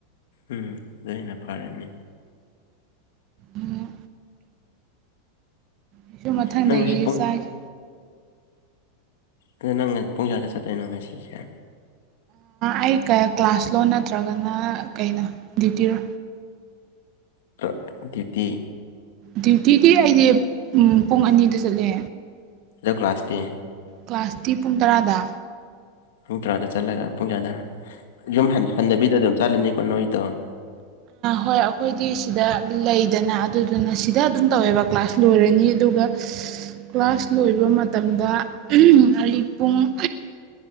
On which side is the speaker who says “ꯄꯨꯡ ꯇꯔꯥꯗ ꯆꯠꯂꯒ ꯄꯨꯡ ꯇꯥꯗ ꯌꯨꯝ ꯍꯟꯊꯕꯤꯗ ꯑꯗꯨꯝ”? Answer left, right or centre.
Left